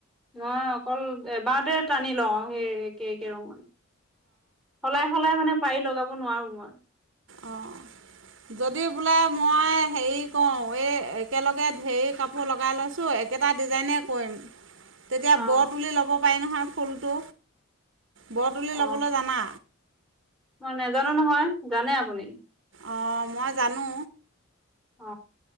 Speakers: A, in the centre; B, on the right (about 65°).
A: মই অকল এবাৰতে টানি লওঁ সেই এক কে ৰঙৰ। সলাই সলাই মানে পাৰি লগাব নোৱাৰো মই
B: অ যদিওব বোলে মই হেৰি কওঁ এই একেলগে ঢেৰ কাপোৰ লগাই লৈছোঁ একেটা ডিজাইনে কৰিম। তেতিয়া
A: অ
B: ব তুলি ল'ব। পায় নহয় ফুলটো। বৰ তুলি
A: অ
B: ল'বলৈ জানা
A: মই নাজানো নহয়। জানে আপুনি?
B: অ মই জানো।
A: অ,